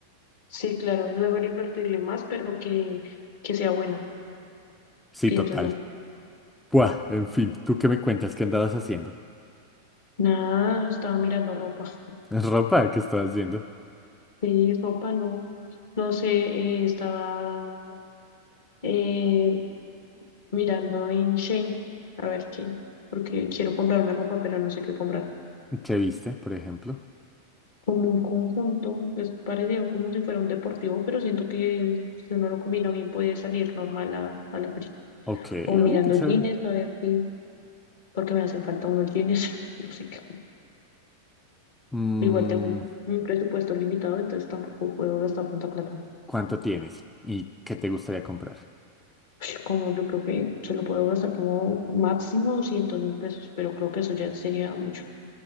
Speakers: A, on the left; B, in the centre.
A: Sí, claro, es mejor invertirle más, pero que, que sea buena,
B: Sí,
A: pienso
B: total.
A: yo.
B: Buah, en fin, ¿tú qué me cuentas? ¿Qué andabas haciendo?
A: Nada, estaba mirando ropa.
B: <laughs> ¿Ropa? ¿Qué estabas haciendo?
A: Sí, ropa no. No sé, eh, estaba eh, mirando en Shein, a ver qué, porque quiero comprarme ropa, pero no sé qué comprar.
B: ¿Qué viste, por ejemplo?
A: Como un conjunto, es parecido como si fuera un deportivo, pero siento que si uno lo combina bien puede salir normal a, a la película.
B: Ok, oye,
A: O mirando
B: qué chévere.
A: jeans, a ver si, porque me hacen falta unos jeans, <laughs> no sé qué
B: Mm,
A: Igual tengo un un presupuesto limitado, entonces tampoco puedo gastar tanta plata.
B: ¿cuánto tienes? ¿Y qué te gustaría comprar?
A: <sighs> <sniffs> Como yo creo que se lo puedo gastar como máximo doscientos mil pesos, pero creo que eso ya sería mucho.